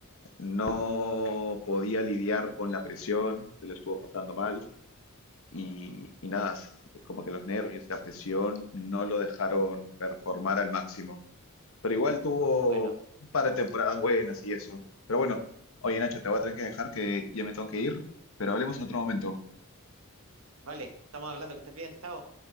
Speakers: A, on the left (about 65°); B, on the right (about 70°).
A: no podía lidiar con la presión, se lo estuvo pasando mal. Y, y nada, s- como que los nervios, la presión no lo dejaron performar al máximo. Pero igual tuvo
B: Bueno,
A: un par de temporadas buenas y eso. Pero bueno, oye Nacho, te voy a tener que dejar que ya me tengo que ir, pero hablemos en otro momento.
B: vale, estamos hablando, que estés bien, chao.